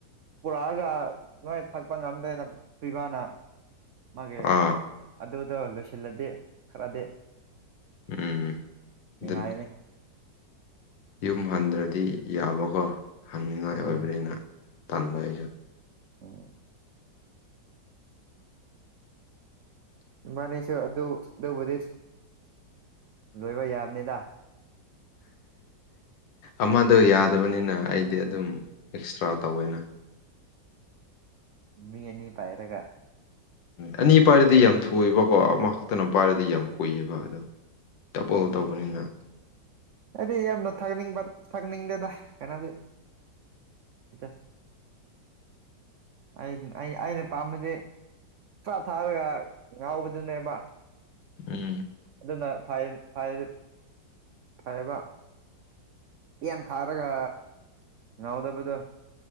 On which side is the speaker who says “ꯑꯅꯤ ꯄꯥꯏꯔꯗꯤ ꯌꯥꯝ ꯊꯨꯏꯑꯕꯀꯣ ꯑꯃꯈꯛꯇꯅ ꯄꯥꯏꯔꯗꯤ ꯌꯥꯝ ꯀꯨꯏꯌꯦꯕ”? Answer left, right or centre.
Left